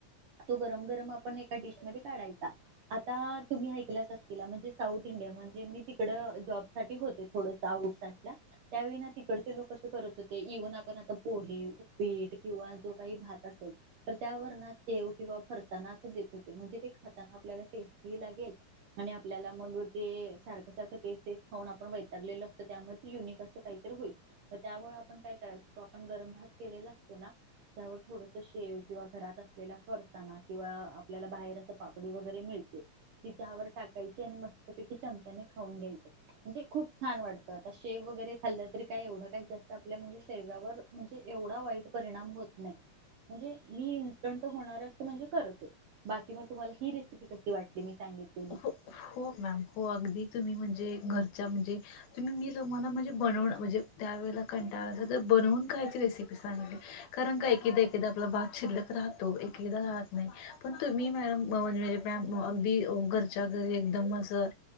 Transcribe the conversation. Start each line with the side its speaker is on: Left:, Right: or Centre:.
Right: तो गरम गरम आपण एका डिश मध्ये काढायचा आता तुम्ही ऐकलाच असतील म्हणजे साऊथ इंडिया म्हणजे मी तिकड जॉब साठी होते थोडस आउट साईड ला त्यावेळी ना तिकडचे लोक अस करत होते. इव्हन आपण आता पोहे उपीट किंवा जो काही भात असेल तर त्यावर ना शेव किंवा फरसाणा अस देत होते म्हणजे ते खाताना आपल्याला टेस्ट लागेल आणि आपल्याला म्हणू ते सारखं सारखं तेच तेच खाऊन आपण वैतागलेलो असतं त्यामुळे युनिक असं काहीतरी होईल त्यामुळे आपण काही- जो आपण गरम भात केलेला असतो ना त्यावर थोडस शेव किंवा घरात असलेला फरसाणा किंवा आपल्याला बाहेर अस पापडी वगैरे मिळते ति त्यावर टाकायची आणि मस्तपैकी चमचा नी खाऊन घ्यायची म्हणजे खूप छान वाटत. शेव वगैरे खाल्ल- तरी काय एवढं काही जास्त आपल्या म्हणजे- तेण्यावर म्हणजे एवढा वाईट परिणाम होत नाही म्हणजे मी इन्स्टंट होणार असत म्हणजे करते बाकी म तुम्हाला ही रेसिपी कशी वाटली. मी सांगितलेली
Left: हो हो मॅम हो अगदी. तुम्ही म्हणजे घरच्या म्हणजे तुम्ही मी तुम्हाला म्हणजे बनवण म्हणजे त्या वेळेला कंटाळाला असल तर बनवून खायची रेसिपी सांगितली कारण का एकेदा एकेदा आपला भात शिल्लक राहतो एकेदा राहत नाही पण तुम्ही मॅडम म्हणजे म्हणजे मॅम अगदी घर- च्या घरी एकदम असं